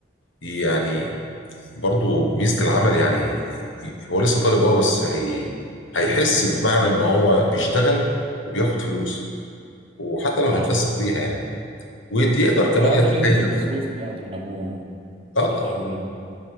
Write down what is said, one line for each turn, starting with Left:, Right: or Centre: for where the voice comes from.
Left: يعني برضو ميزة العمل يعني هو لسه طالب اه بس هي هيحس بمعنى ان هو بيشتغل وبياخد فلوس وحتى لو هيتفسح
Right: اه
Left: بيها يعني ويقدر كمان
Right: هيقدر
Left: يتكيف
Right: قيمة المصروف اللي بياخده من ابوه وامه
Left: اه طبعا.
Right: هيقول